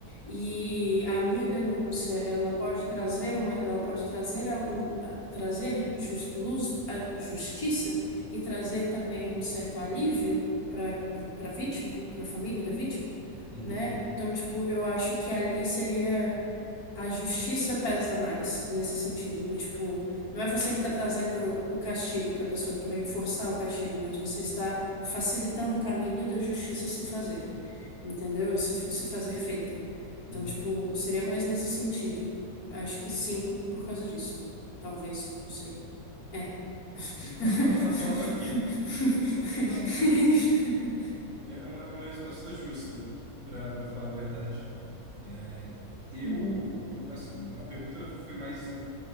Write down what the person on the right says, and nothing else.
uhum,
uhum.
<laughs>
Ok. Ok, não, beleza. É é uma, é uma resposta justa, para para falar a verdade. É, eu,
assim, a pergunta foi mais